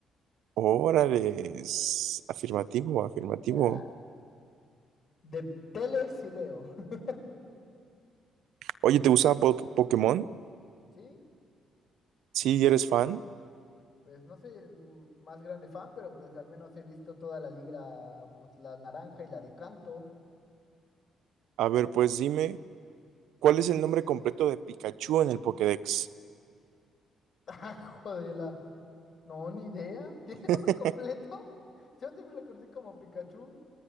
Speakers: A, on the right; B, on the left.
A: Órale, es afirmativo, afirmativo.
B: Ah, De tele sí veo. <laughs>
A: Oye, ¿te gusta Po- Pokémon?
B: Sí,
A: Sí, eres fan.
B: pues no soy el más grande fan, pero pues al menos he visto toda la liga, pues la naranja y la de canto.
A: A ver, pues dime, ¿cuál es el nombre completo de Pikachu en el Pokédex?
B: <laughs> Ah, joder, No, ni idea. <laughs> ¿Tiene
A: <laughs>
B: nombre completo? <laughs> Yo siempre lo conocí como Pikachu.